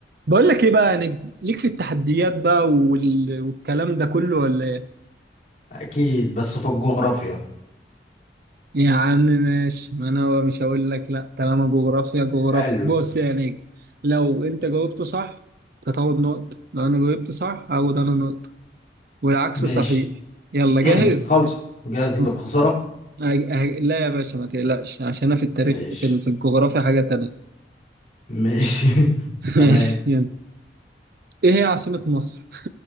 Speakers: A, on the right; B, on the left.
A: بقول لك ايه بقى يعني ليك في التحديات بقى وال... والكلام ده كله ولا ايه
B: اكيد بس في الجغرافيا
A: يا عم ماشي ما انا مش هقول لك لا طالما جغرافيا جغرافيا
B: حلو
A: بص يعني لو انت جاوبت صح هتاخد نقطة لو انا جاوبت صح هاخد انا نقطة والعكس
B: ماشي
A: صحيح يلا
B: <clears throat>
A: جاهز
B: خالصة جاهز للخسارة
A: أه- أه- لا يا باشا ما تقلقش عشان انا في التاريخ
B: ماشي
A: في, ال- في الجغرافيا حاجة تانية
B: ماشي
A: <laughs>
B: <laughs> تمام
A: ماشي يلا ايه هي عاصمة مصر